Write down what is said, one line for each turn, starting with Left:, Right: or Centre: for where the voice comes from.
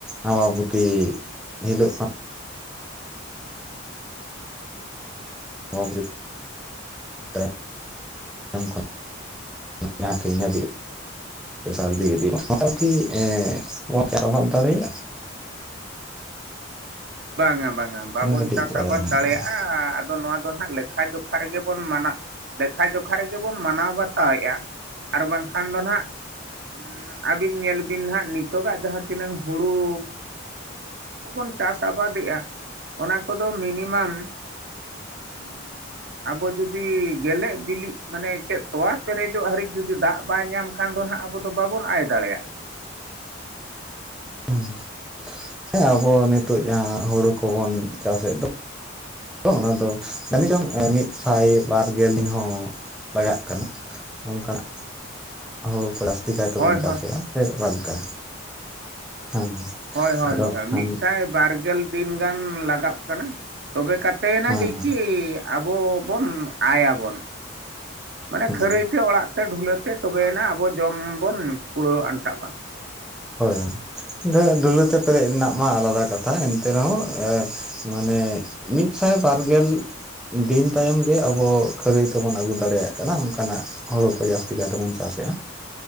Centre: ᱟᱸᱵᱟᱵᱚᱛᱤ ᱦᱤᱞᱳᱜ ᱠᱷᱚᱱ᱾ <unintelligible> ᱡᱟᱦᱟᱸ ᱛᱤᱦᱤᱧ ᱦᱟᱹᱵᱤᱡ ᱥᱟᱨᱫᱤ ᱤᱫᱤᱜ <unintelligible> ᱮᱸᱜ ᱵᱚᱱ ᱪᱟᱥ ᱟᱵᱟᱫ ᱫᱟᱲᱮᱭᱟᱜ-ᱟ?
Right: ᱵᱟᱝᱟ ᱵᱟᱝᱟ, ᱵᱟᱵᱚᱱ
Centre: ᱚᱱᱟ ᱠᱟᱹᱴᱤᱡ
Right: ᱪᱟᱥ
Centre: ᱵᱟᱲᱟᱭ
Right: ᱟᱵᱟᱫ
Centre: ᱥᱟᱱᱟᱭᱮᱫ
Right: ᱫᱟᱲᱮᱭᱟᱜ-ᱟ᱾
Centre: ᱞᱤᱧᱟ
Right: ᱟᱫᱚ ᱱᱚᱣᱟ ᱫᱚ ᱱᱟᱜ ᱞᱮᱠᱷᱟ ᱡᱚᱠᱷᱟ ᱨᱮᱜᱮ ᱵᱚᱱ ᱢᱟᱱᱟᱜ, ‌ ᱞᱮᱠᱷᱟ ᱡᱚᱠᱷᱟ ᱨᱮᱜᱮ ᱵᱚᱱ ᱢᱟᱱᱟᱣ ᱵᱟᱛᱟᱣᱮᱜ-ᱟ᱾ ᱟᱨ ᱵᱟᱝᱠᱷᱟᱱ ᱫᱚ ᱱᱟᱦᱟᱜ ᱩᱸᱻ ᱟᱹᱵᱤᱱ ᱧᱮᱞ ᱵᱤᱱ ᱱᱟᱦᱟᱜ ᱱᱤᱛᱚᱜᱟᱜ ᱡᱟᱦᱟᱸ ᱛᱤᱱᱟᱹᱝ ᱦᱩᱲᱩ ᱠᱚᱵᱚᱱ ᱪᱟᱥ ᱟᱵᱟᱫᱮᱜ-ᱟ, ᱚᱱᱟ ᱠᱚᱫᱚ ᱢᱤᱱᱤᱢᱟᱢ ᱩᱸᱻ ᱟᱵᱚ ᱡᱩᱫᱤ ᱜᱮᱞᱮᱜ ᱵᱤᱞᱤᱜ ᱢᱟᱱᱮ ᱪᱮᱫ ᱛᱚᱣᱟ ᱯᱮᱨᱮᱡᱚᱜ ᱦᱟᱹᱨᱤᱡ ᱡᱩᱫᱤ ᱫᱟᱜ ᱵᱟᱭ ᱧᱟᱢ ᱠᱷᱟᱱ ᱫᱚ ᱱᱟᱦᱟᱜ ᱟᱵᱚ ᱫᱚ ᱵᱟᱵᱚᱱ ᱟᱭ ᱫᱟᱲᱮᱭᱟᱜ-ᱟ᱾
Centre: ᱦᱩᱸ, ᱦᱮᱸ ᱟᱵᱚ ᱱᱤᱛᱳᱜ ᱡᱟᱦᱟᱸ ᱦᱳᱲᱳ ᱠᱚᱵᱚᱱ ᱪᱟᱥᱮᱜ ᱫᱚ᱾ ᱛᱚ, ᱚᱱᱟ ᱫᱚ ᱡᱟᱹᱱᱤ ᱪᱚᱝ ᱢᱤᱫᱥᱟᱭ ᱵᱟᱨ ᱜᱮᱞ ᱦᱚᱸ ᱞᱟᱜᱟᱜ ᱠᱟᱱᱟ᱾ ᱱᱚᱝᱠᱟᱱᱟᱜ ᱦᱚᱸ ᱠᱚᱲᱟᱥᱛᱤ ᱠᱟᱭ ᱛᱮᱵᱚᱱ
Right: ᱦᱳᱭ
Centre: ᱪᱟᱥᱮᱜ-ᱟ
Right: ᱦᱳᱭ
Centre: ᱥᱮ ᱚᱠᱟ ᱞᱮᱠᱟ? ᱦᱮᱸ
Right: ᱦᱚᱭ, ᱦᱚᱭ
Centre: ᱟᱫᱚ
Right: ᱦᱚᱭ ᱦᱚᱭ
Centre: ᱠᱷᱟᱱ
Right: ᱢᱤᱫᱥᱟᱭ ᱵᱟᱨᱜᱮᱞ ᱛᱤᱱ ᱜᱟᱱ ᱞᱟᱜᱟᱣᱚᱜ ᱠᱟᱱᱟ, ᱛᱚᱵᱮ ᱠᱟᱛᱮᱭᱮᱱᱟ
Centre: ᱦᱮᱸ
Right: ᱜᱮᱠᱤ ᱟᱵᱚ ᱵᱚᱱ ᱟᱭᱟᱵᱚᱱ᱾ ᱢᱟᱱᱮ
Centre: ᱦᱮᱸ
Right: ᱠᱷᱟᱹᱨᱟᱹᱭ ᱛᱮ, ᱚᱲᱟᱜ ᱛᱮ, ᱰᱷᱩᱞᱟᱹ ᱛᱮ, ᱛᱚᱵᱮᱭᱱᱟ ᱟᱵᱚ ᱡᱚᱢ ᱵᱚᱱ ᱠᱩᱲᱟᱹᱣ ᱟᱱᱴᱟᱣᱚᱜ-ᱟ᱾
Centre: ᱦᱳᱭ, ᱟᱫᱚ ᱰᱩᱞᱟᱹ ᱛᱮ ᱯᱮᱨᱮᱡ ᱨᱮᱱᱟᱜ ᱢᱟ ᱟᱞᱟᱫᱟ ᱠᱟᱛᱷᱟ ᱮᱱᱛᱮ ᱨᱮᱦᱚᱸ ᱮᱸ ᱢᱟᱱᱮ ᱢᱤᱫᱥᱟᱭ ᱵᱟᱨᱜᱮᱞ ᱫᱤᱱ ᱛᱟᱭᱚᱢ ᱜᱮ ᱟᱵᱚ ᱠᱷᱟᱹᱨᱟᱹᱭ ᱛᱮᱵᱚᱱ ᱟᱹᱜᱩ ᱫᱟᱲᱮᱭᱟᱜ ᱠᱟᱱᱟ ᱚᱝᱠᱟᱱᱟᱜ ᱦᱩᱲᱩ ᱠᱚ ᱡᱟᱹᱥᱛᱤ ᱠᱟᱭ ᱛᱮᱵᱚᱱ ᱪᱟᱥᱮᱜ-ᱟ